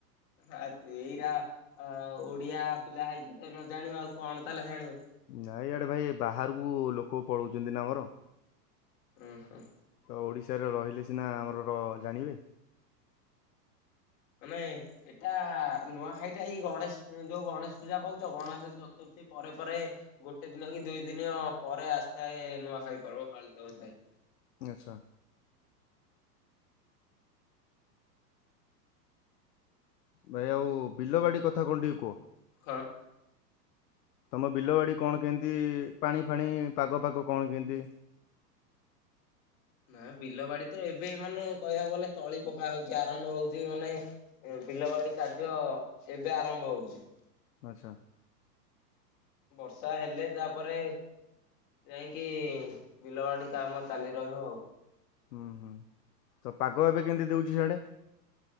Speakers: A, on the left (about 50°); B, on the left (about 75°).
A: ଆତ୍ ଏଇରା ଆ ଓଡିଆ ପିଲା ହେଇକି ଯଦି ନ ଜାଣିବ ଆଉ କଣ ତାହଲେ ଜାଣିବ?
B: ନାଇଁ ଇଆଡେ ଭାଇ ଏ ବାହାରକୁ ଲୋକ ପଳୋଉଚନ୍ତି ନା ଆମର।
A: ଉଁହଁ।
B: ତ ଓଡ଼ିଶାରେ ରହିଲେ ସିନା ଆମର ର ଜାଣିବେ।
A: ମାନେ ଏଟା ନୂଆଖାଇଟା ଏଇ ଗଣେଶ ଯୋଉ ଗଣେଶ ପୂଜା କୋହୁଚ ଗଣେଶ ଚତୁର୍ଥୀ ପରେ ପରେ ଗୋଟେ ଦିନ କି ଦୁଇ ଦିନ ପରେ ଆସିଥାଏ ନୂଆଖାଇ ପର୍ବ ପାଳିତ ହଉଥାଏ।
B: ଆଚ୍ଛା। ଭାଇ ଆଉ ବିଲ ବାଡି କଥା କଣ ଟିକେ କୁହ।
A: ଖ
B: ତମ ବିଲ ବାଡି କଣ କେମତି ପାଣି ଫାଣି ପାଗ ଫାଗ କଣ କେମତି?
A: ନାଇଁ ବିଲ ବାଡି ତ ଏବେ ମାନେ କହିବାକୁ ଗଲେ ତଳି ପକା ହୋଉଚି। ଆରମ୍ଭ ହୋଉଚି ମାନେ ବିଲବାଡି କାର୍ଯ୍ୟ ଏବେ ଆରମ୍ଭ ହୋଉଚି।
B: ଆଚ୍ଛା।
A: ବର୍ଷା ହେଲେ ତାପରେ ଯାଇଁକି ବିଲ ବାଡି କାମ ଚାଲି ରହିବ ଆଉ।
B: ହୁଁ ହୁଁ ତ ପାଗ ଏବେ କେମିତି ଦୋଉଚି ସିଆଡେ?